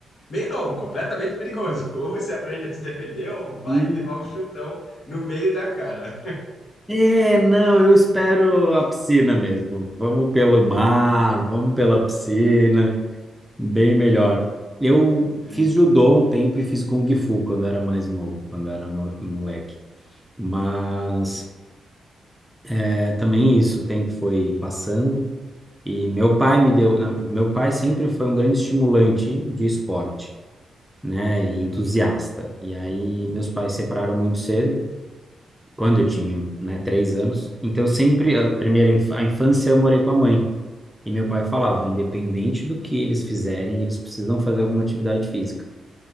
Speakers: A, on the left (about 55°); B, in the centre.
A: Meio não, completamente perigoso. <laughs> Ou você aprende a se defender, ou vai
B: E-
A: levar um chutão no meio da cara.
B: É, não, eu espero a piscina mesmo. Vamos pelo mar, vamos pela piscina, bem melhor. Eu
A: Isso.
B: fiz judô um tempo e fiz kung fu quando era mais novo, quando era no- moleque. Mas é, também isso, o tempo foi passando e meu pai me deu, não, meu pai sempre foi um grande estimulante de esporte, né, e entusiasta. E aí meus pais se separaram muito cedo. quando eu tinha, né, três anos. Então, sempre, a primeira inf- a infância, eu morei com a mãe. E meu pai falava, independente do que eles fizerem, eles precisam fazer alguma atividade física.